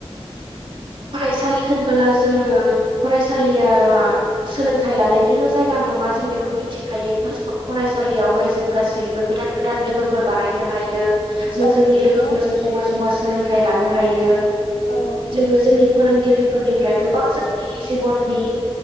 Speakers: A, on the right; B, on the left.
A: फरायसालि होनबोला जोंङो फरायसालिया सोलोंथाइ लानायनिल' जायगा नंङा जों बेखौ मिथिखायो फासआव फरायसालियावहाय जों गासै गोदान गोदान लोगोफोर बानायनो हायो जों
B: औ
A: जोंनि
B: नंगौ
A: लोगोफोरजों जमा जमा सोलोंथाइ लानो हायो
B: औ
A: जोंनि फोरोंगिरिफोरनिफ्राय गोबां जोंनि जिबननि